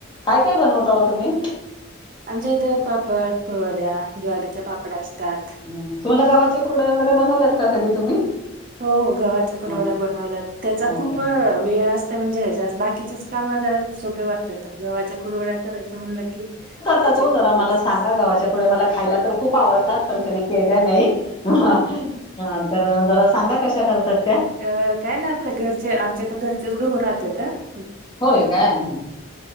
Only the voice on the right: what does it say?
आमच्या इथं पापड, कुरवड्या ज्वारीच्या पाप पापड असतात.
हो हो गव्हाच्या कुरड्या
बनवल्या त्याचा
खूप
वेळ असते म्हणजेच त्यात बाकीचेच काम घरात सोपे वाटतात गव्हाच्या कुरवड्या करायचं म्हणलं की
त्याची
प्रोसेस
अ काय ना आपल्या घरचे आमच्या तर घरचेच गहु राहत्या. त त